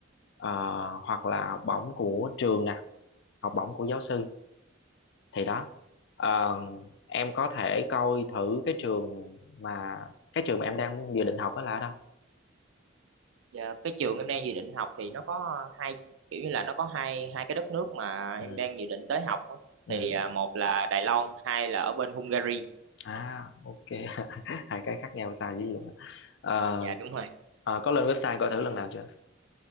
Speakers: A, on the left; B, on the right.
A: Ờ, hoặc là học bổng của trường nè, học bổng của giáo sư thì đó. Ờ, em có thể coi thử cái trường mà cái trường mà em đang dự định học đó là ở đâu.
B: dạ, cái trường em đang dự định học thì nó có hai kiểu như là nó có hai hai cái đất nước mà
A: Ừ,
B: em đang dự định tới học á.
A: ừ.
B: thì à,
A: ừ.
B: một là Đài Loan hai là ở bên Hungary
A: à ok <laughs> hai cái khác nhau xa dữ vậy luôn á. Ờ,
B: dạ đúng rồi
A: ờ, có lên website coi thử lần nào chưa